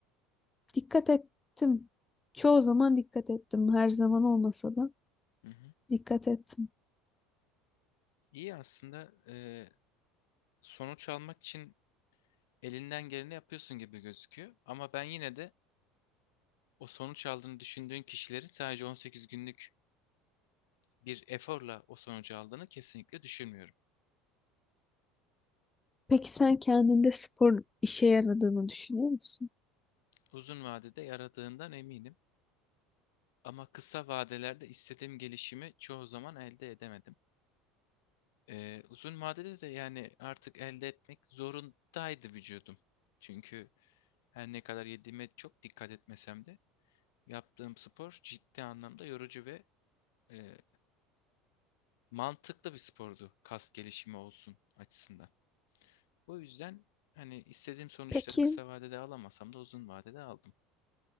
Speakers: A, on the left (about 20°); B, on the left (about 80°).
A: dikkat ettim. Çoğu zaman dikkat ettim. Her zaman olmasa da
B: Hı hı.
A: dikkat ettim.
B: İyi aslında e, sonuç almak için elinden geleni yapıyorsun gibi gözüküyor. Ama ben yine de o sonuç aldığını düşündüğün kişilerin sadece 18 günlük bir eforla o sonucu aldığını kesinlikle düşünmüyorum.
A: Peki sen kendinde spor işe yaradığını düşünüyor musun?
B: Uzun vadede yaradığından eminim. Ama kısa vadelerde istediğim gelişimi çoğu zaman elde edemedim. Ee, uzun vadede de yani artık elde etmek zorundaydı vücudum. Çünkü her ne kadar yediğime çok dikkat etmesem de yaptığım spor ciddi anlamda yorucu ve e, mantıklı bir spordu kas gelişimi olsun açısından. O yüzden hani istediğim sonuçları
A: Peki
B: kısa vadede alamasam da uzun vadede aldım.